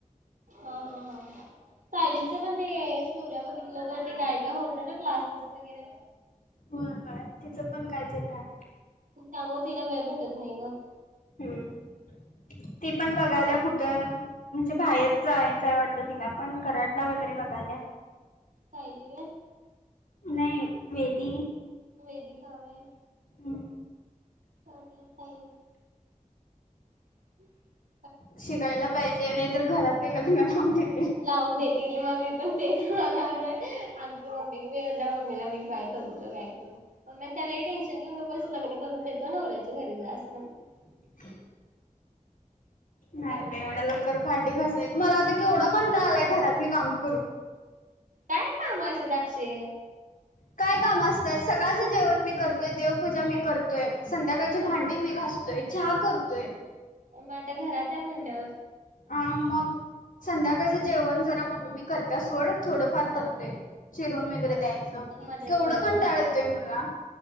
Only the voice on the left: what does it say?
हो हाय तिचं पण काहीतरी आहे.
हम्म ती पण बघायल्या कुठं म्हणजे बाहेर जायचंय वाटतं तिला पण कराडला वगैरे बघाल्या.
नाही वेदी.
हम्म.
शिकायला पाहिजे नाहीतर घरातले लग्न लावून देत
<inaudible> नाही
बाई
एवढ्या लवकर
भांडी घासय.
मला आता केवढा पणता आलाय घरातली काम करून.
काय काम असतय सकाळचं जेवण मी करतोय, देवपूजा मी करतोय, संध्याकाळची
भांडी मी घासतोय, चहा करतोय.
अ मग संध्याकाळचं
जेवण जरा मम्मी करत्या सोड. थोडंफार
करतंय चिरून वगैरे
द्यायचं केवढं
कंटाळा
येतोय मला-‍-